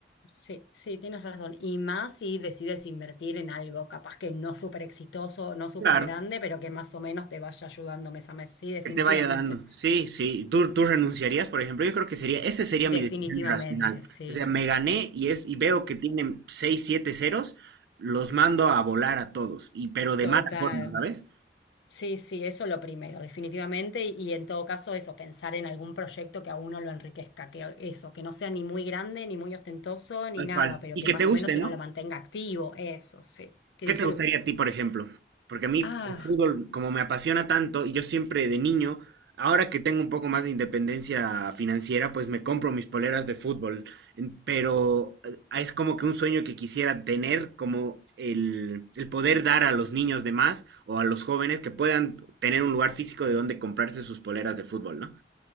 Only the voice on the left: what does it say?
Sí, sí, tienes razón. Y más si decides invertir en algo, capaz que no súper exitoso, no súper
grande, pero que más o menos te vaya ayudando mes a mes. Sí, definitivamente.
Definitivamente,
sí.
Total.
Sí, sí, eso lo primero, definitivamente, y, y en todo caso eso, pensar en algún proyecto que a uno lo enriquezca, que eso, que no sea ni muy grande, ni muy ostentoso, ni
nada,
pero
que
más
o menos uno
lo mantenga activo, eso, sí, que
disfrute.
Ah,